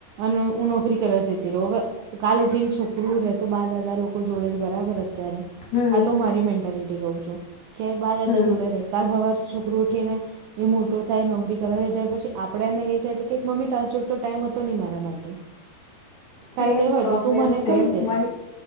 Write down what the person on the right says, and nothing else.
અને હું નોકરી કરવા જતી રવ હવે કાલ ઉઠીને છોકરું રહે તો બા દાદા લોકો જોડે જ બરાબર હ. અત્યારે
આ તો મારી મેન્ટાલિટી કઉ છું કે બા દાદા
જોડે રહે કાલ હવાર છોકરું ઉઠીને એ મોટો થાય નોકરી કરવા જાય ત્યાર પછી આપણે એને કઈ કહેતા કે મમ્મી તારા જોડતો ટાઈમ હતો નહી મારા માટે તારે
કંઈ હોય
તો તું મને
કહી દે